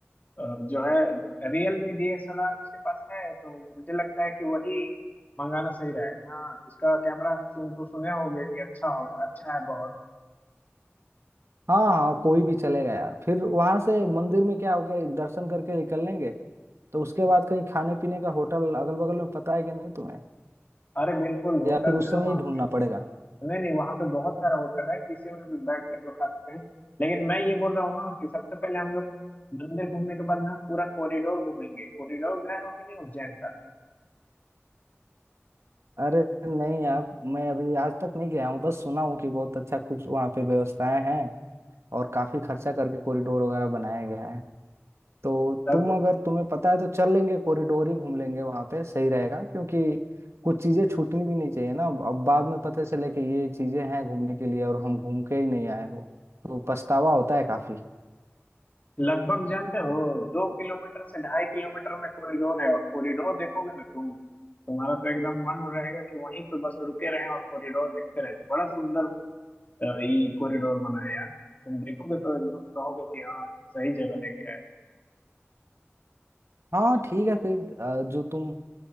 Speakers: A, on the left (about 35°); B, on the right (about 75°).
A: अ, जो है रियलमी डीएसएलआर उसके पास है तो मुझे लगता है कि वही मंगाना सही रहेगा ना उसका कैमरा तुम तो सुने होगे कि अच्छा होगा अच्छा है बहुत
B: हाँ हाँ कोई भी चलेगा यार फिर वहां से मंदिर में क्या हो गया दर्शन करके निकल लेंगे तो उसके बाद कहीं खाने पीने का होटल अगल बगल में पता है कि नहीं तुम्हें
A: अरे बिल्कुल होटल
B: या फिर उस
A: है ना
B: समय
A: वहाँ
B: ही ढूंढना
A: पे
B: पड़ेगा
A: नहीं नहीं वहाँ पे बहुत सारा होटल है किसी में भी बैठ के हम लोग खा सकते हैं लेकिन मैं ये बोल रहा हूँ ना कि सबसे पहले हम लोग मंदिर घूमने के बाद ना पूरा कॉरिडोर घूमेंगे कॉरिडोर गए हो कि नहीं उज्जैन
B: अरे नहीं यार मैं अभी आज तक नहीं गया हूँ बस सुना हूँ कि बहुत अच्छा कुछ वहाँ पे व्यवस्थाएं हैं और काफी खर्चा करके कॉरिडोर वगैरह बनाया गया है तो
A: का
B: तुम अगर तुम्हें पता है तो चल लेंगे कॉरिडोर ही घूम लेंगे वहां पे सही रहेगा क्योंकि कुछ चीजें छूटनी भी नहीं चाहिए ना अब अब बाद में पता चले कि ये चीजें हैं घूमने के लिए और हम घूम के ही नहीं आए हो तो पछतावा होता है काफी
A: लगभग जानते हो दो किलोमीटर से ढाई किलोमीटर में कॉरिडोर है और कॉरिडोर देखोगे ना तुम तुम्हारा तो एकदम मन रहेगा कि वहीं पे बस रुके रहें और कॉरिडोर देखते रहें बड़ा सुंदर अ, ये कॉरिडोर बना है यार तुम देखोगे तो एकदम कहोगे कि हाँ सही जगह लेके आए
B: हाँ ठीक है फिर अ, जो तुम